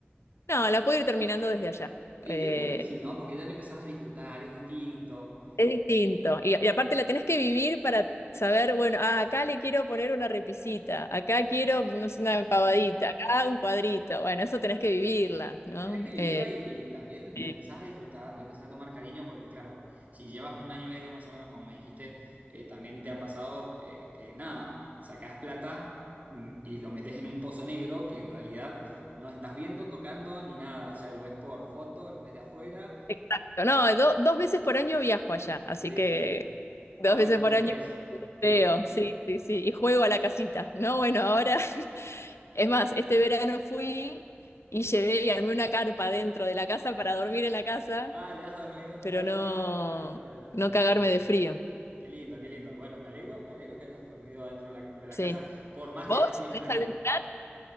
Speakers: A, on the left; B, on the right.
A: No, la puedo ir terminando desde allá.
B: Y
A: Eh,
B: yo creo que sí, ¿no? Porque ya le empezás a disfrutar, es distinto.
A: Es distinto. Y, y aparte la tenés que vivir para saber, bueno, ah, acá le quiero poner una repisita, acá quiero, no sé, una empavadita,
B: Claro.
A: acá un cuadrito. Bueno, eso tenés que vivirla, ¿no?
B: Tenés que vivirla
A: Eh,
B: y, y también
A: eh,
B: la empezás a disfrutar, le empezás a tomar cariño, porque claro, si llevas un año y medio más o menos, como me dijiste, eh, también te ha pasado eh, que nada, sacás plata mm, y lo metes en un pozo negro que en realidad no estás viendo, tocando ni nada. O sea, lo ves por foto, lo ves de afuera.
A: exacto. No, do- dos veces por año viajo allá, así
B: Sí,
A: que
B: sí, sí.
A: dos
B: Obviamente
A: veces por
B: lo
A: año
B: ves, pero,
A: veo, sí, sí, sí. Y juego a la casita, ¿no? Bueno, ahora, <laughs> es más, este verano fui y llevé y armé una carpa dentro de la casa para dormir en la casa,
B: ah, ya has dormido,
A: pero
B: ya dormiste
A: no,
B: adentro de la,
A: no
B: de
A: cagarme
B: la carpa.
A: de frío.
B: Qué lindo, qué lindo. Bueno, me alegro, me alegro que hayas dormido adentro de la, de la
A: Sí.
B: casa, por más
A: ¿Vos
B: que haya sido en
A: tenés
B: una
A: algún
B: carpa.
A: plan?